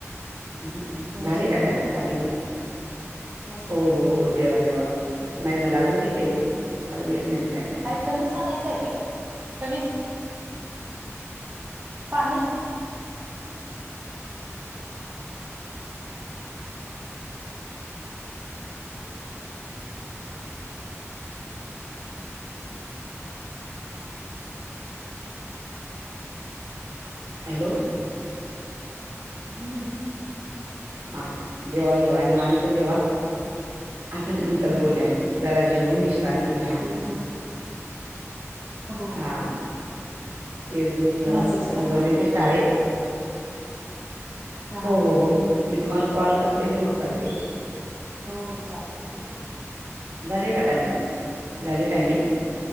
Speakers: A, on the right; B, on the right.
A: हम्म,
B: या
A: झाले
B: जेवायला
A: का टाईम
B: मग
A: का नाही?
B: नाही झालं
A: हो हो हो जेवा जेवा
B: एक मिनिट
A: नाही झालं, अजून कितीयेत अजून एक मिनटं हायं
B: आई कनिस आणायचंय काय, कनिस पाणी <unintelligible>
A: हॅलो
B: हम्म.
A: हां जेवा जेवा निवांत जेवा. आता नंतर बोलुया. जरा जेवून विश्रांती घ्या.
B: केस धुवून हो
A: हा
B: हो.
A: केस धुऊन जरास,
B: मेसेज
A: आता
B: करा
A: मी जाऊन
B: नाही
A: येते
B: काय
A: शाळेत
B: बघा हा
A: हो हो हो, मी तुम्हाला कॉल करते. आणि मग करते.
B: हो चालेलं ठीक ये
A: झाले का टायमिंग, झाले टायमिंग